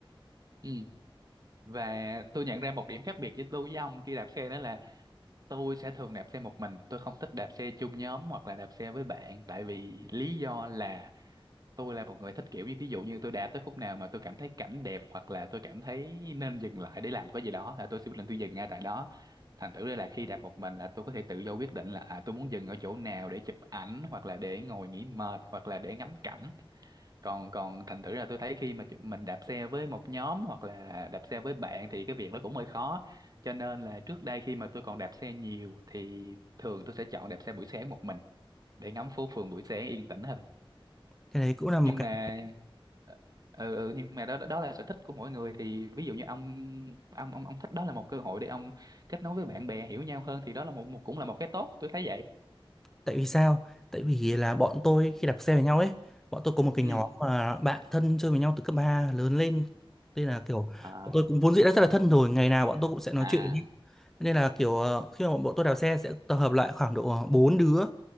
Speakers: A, on the right; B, in the centre.
A: ừ và tôi nhận ra một điểm khác biệt với tôi với ông khi đạp xe đó là tôi sẽ thường đạp xe một mình tôi không thích đạp xe chung nhóm hoặc là đạp xe với bạn tại vì lý do là tôi là một người thích kiểu như ví dụ như tôi đạp tới khúc nào mà tôi cảm thấy cảnh đẹp hoặc là tôi cảm thấy nên dừng lại để làm cái gì đó là tôi sẽ quyết định tôi dừng ngay tại đó thành thử ra là khi đạp một mình là tôi có thể tự do quyết định là à, tôi muốn dừng ở chỗ nào để chụp ảnh hoặc là để ngồi nghỉ mệt hoặc là để ngắm cảnh còn còn thành thử là tôi thấy khi mà chúng- mình đạp xe với một nhóm hoặc là đạp xe với bạn thì cái việc đó cũng hơi khó cho nên là trước đây khi mà tôi còn đạp xe nhiều thì thường tôi sẽ chọn đạp xe buổi sáng một mình để ngắm phố phường buổi sáng yên tĩnh hơn
B: cái đấy cũng là một
A: nhưng
B: cái
A: mà ờ, ừ, ừ nhưng mà đó đó là sở thích của mỗi người thì ví dụ như ông ông ông ông thích đó là một cơ hội để ông kết nối với bạn bè hiểu nhau hơn thì đó là một, một cũng là một cái tốt tôi thấy vậy
B: tại vì sao tại vì là bọn tôi khi đạp xe với nhau ấy bọn tôi có một cái
A: ừ
B: nhóm mà bạn thân chơi với nhau từ cấp 3 lớn lên nên là kiểu
A: à
B: bọn tôi cũng vốn dĩ đã rất là thân rồi ngày nào bọn tôi cũng sẽ nói
A: à
B: chuyện nên là kiểu ờ, khi mà bọn tôi đạp xe sẽ tập hợp lại khoảng độ ờ, bốn đứa